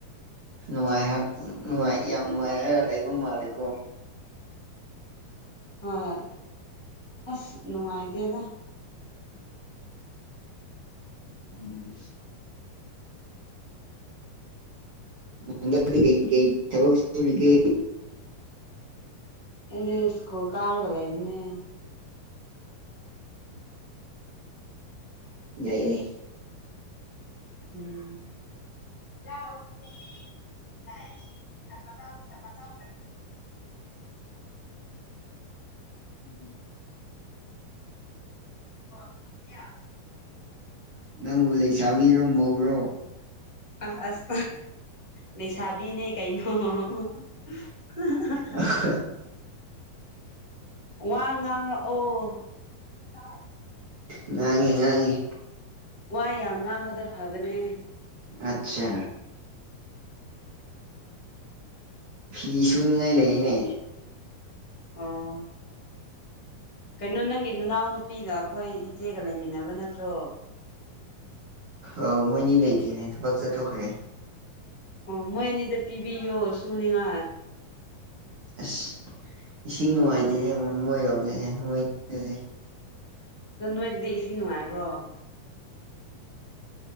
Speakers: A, on the right (about 45°); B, on the left (about 20°).
A: ꯅꯨꯡꯉꯥꯏ ꯍꯥꯏ ꯅꯨꯡꯉꯥꯏ ꯌꯥꯝ ꯅꯨꯡꯉꯥꯏꯔ ꯂꯩꯕ ꯃꯥꯜꯂꯤꯀꯣ
B: ꯍꯣꯏ ꯑꯁ ꯅꯨꯡꯉꯥꯏꯗꯦꯗ
A: ꯎꯝ ꯍꯟꯗꯥꯛꯇꯤ ꯀꯩ ꯀꯩ ꯊꯕꯛ ꯁꯨꯔꯤꯒ‌ꯦ
B: ꯑꯩꯗꯤ ꯏꯁ꯭ꯀꯨꯜ ꯀꯥꯔꯒ ꯂꯩꯕꯅ‌ꯦ
A: ꯌꯥꯏꯌꯦ
B: ꯎꯝ <unintelligible> <unintelligible> <unintelligible>
A: ꯅꯪꯕꯨ ꯂꯩꯁꯥꯕꯤꯔꯣ ꯃꯧꯔꯣ
B: ꯑ ꯑꯁ ꯂꯩꯁꯥꯕꯤꯅꯦ ꯀꯩꯅꯣ <unintelligible>
A: ꯑ <unintelligible>
B: ꯋꯥ ꯉꯥꯡꯉꯥꯛ ꯑꯣ <unintelligible>
A: ꯉꯥꯡꯉꯦ ꯉꯥꯡꯉꯦ
B: ꯋꯥ ꯌꯥꯝ ꯉꯥꯡꯕꯗꫭ ꯐꯕꯅꯦ
A: ꯑꯠꯆꯥ ꯐꯤ ꯁꯨꯅꯤꯉꯥꯏ ꯂꯩꯌꯦꯅꯦ
B: ꯑꯣ ꯀꯩꯅꯣ ꯅꯪꯒꯤ ꯅꯅꯥꯎꯅꯨꯄꯤꯒ ꯑꯩꯈꯣꯏ ꯏꯆꯦꯒ ꯂꯩꯃꯤꯟꯅꯕ ꯅꯠꯇ꯭ꯔꯣ
A: ꯑ ꯃꯣꯏꯅꯤ ꯂꯩꯇꯦꯅꯦ ꯊꯕꯛ ꯆꯠꯊꯣꯛꯈ꯭ꯔꯦ
B: ꯑꯣ ꯃꯣꯏ ꯑꯅꯤꯗ ꯄꯤꯕꯤꯌꯣ ꯁꯨꯅꯤꯉꯥꯏ
A: ꯑꯁ ꯏꯁꯤꯡ ꯅꯨꯡꯉꯥꯏꯇꯦꯅꯦ ꯃꯣꯏꯔꯣꯝꯁꯦ ꯃꯣꯏꯁꯦ
B: ꯑꯗꯣ ꯅꯣꯏꯗꯗꯤ ꯏꯁꯤꯡ ꯅꯨꯡꯉꯥꯏꯕ꯭ꯔꯣ